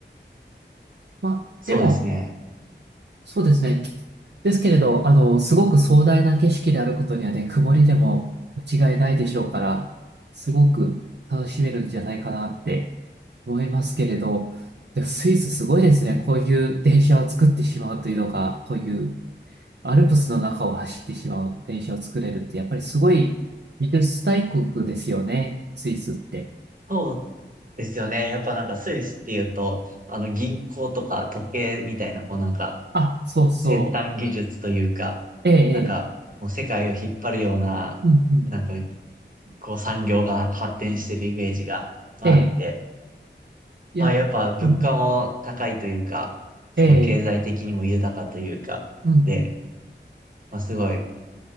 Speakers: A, on the right; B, on the right.
A: まあ、
B: そうですね。
A: でも、そうですね。ですけれど、あの、すごく壮大な景色であることにはね、曇りでも間違いないでしょうから、すごく楽しめるんじゃないかなって思いますけれど、でもスイスすごいですね。こういう電車を作ってしまうというのが、こういうアルプスの中を走ってしまう電車を作れるって、やっぱりすごい技術大国ですよね、スイスって。
B: そうですよね。やっぱなんかスイスっていうと、あの銀行とか時計みたいな、こうなんか、
A: あ、そうそ
B: 先端技術というか、
A: う。ええ、ええ、
B: なんか、もう世界を引っ張るような、
A: うんうん、
B: なんか、こう産業が発展してるイメージがあって、
A: ええ、いや、
B: まあやっぱ物価も高いというか、
A: うん、
B: その経済的にも豊かというか、
A: ええ、うんうん。
B: で、まあすごい、